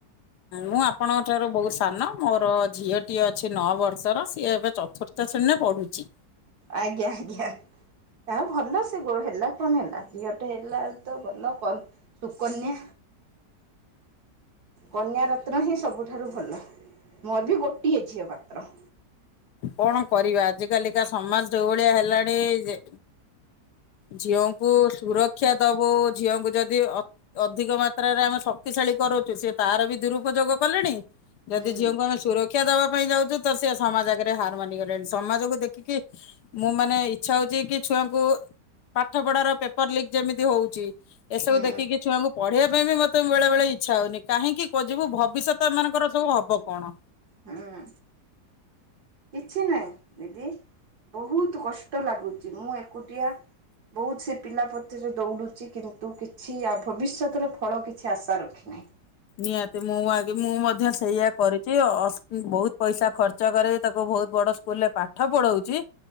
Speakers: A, on the left; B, on the right.
A: ମୁଁ ଆପଣଙ୍କ ଠାରୁ ବହୁତ୍ ସାନ ମୋର ଝିଅଟି ଏ ଅଛି ନଅ ବର୍ଷର ସିଏ ଏବେ ଚତୁର୍ଥ ତ ଶ୍ରେଣୀରେ ପଢୁଛି।
B: ଆଜ୍ଞା ଆଜ୍ଞା। ଆ ଭଲ ସେ ହେଲା କଣ ହେଲା ଝିଅଟେ ହେଲା ତ ଭଲ କଣ ସୁକନ୍ୟା। କନ୍ୟ ରତ୍ନ ହିଁ ସବୁଠାରୁ ଭଲ ମୋର ବି ଗୋଟିଏ ଝିଅ ମାତ୍ର
A: କଣ କରିବା ଆଜିକାଲିକା ସମାଜ ଯୋଉଭଳିଆ ହେଲାଣି ଯେ ଝିଅଙ୍କୁ ସୁରକ୍ଷା ଦବୁ ଝିଅଙ୍କୁ ଯଦି ଅ ଅଧିକ ମାତ୍ରାରେ ଆମେ ଶକ୍ତିଶାଳୀ କରୁଛୁ ସେ ତାର ବି ଦୁରୁପଯୋଗ କଲେଣି ଯଦି
B: ହୁଁ
A: ଝିଅଙ୍କୁ ଆମେ ସୁରକ୍ଷା ଶିକ୍ଷା ଦବା ପାଇଁ ଯାଉଛୁ ତ ସେ ସମାଜ ଆଗରେ ହାର ମାନିଗଲେଣି ସମାଜକୁ ଦେଖିକି ମୁଁ ମାନେ ଇଚ୍ଛା ହଉଛି କି ଛୁଆଙ୍କୁ ପାଠ ପଢାର ପେପର ଲିକ୍ ଯେମିତି ହଉଛି ଏସବୁ
B: ହୁଁ
A: ଦେଖିକି ଛୁଆଙ୍କୁ ପଢିବା ପାଇଁ ବି ମୋତେ ବେଳେ ବେଳେ ଇଚ୍ଛା ହଉନି କାହିଁକି ଯିବୁ ଭବିଷ୍ୟତ ଏ ମାନଙ୍କର ସବୁ ହବ କଣ?
B: ହୁଁ କିଛି ନାହିଁ ଦିଦି ବହୁତ କଷ୍ଟ ଲାଗୁଛି। ମୁଁ ଏକୁଟିଆ ବହୁତ ପିଲାପତିରେ ଦୌଡ଼ୁଛି କିନ୍ତୁ କିଛି ଆ ଭବିଷ୍ୟତର ଫଳ କିଛି ଆଶା ରଖିନାହିଁ।
A: ନିହାତି ମୁଁ ଆଗ ମୁଁ ମଧ୍ୟ ସେଇୟଆ କରିୁଛି ବହୁତ ପଇସା ଖର୍ଚ୍ଚ କରେ ତାକୁ ବହୁତ ବଡ ସ୍କୁଲ ରେ ପାଠ ପଢଉଛି।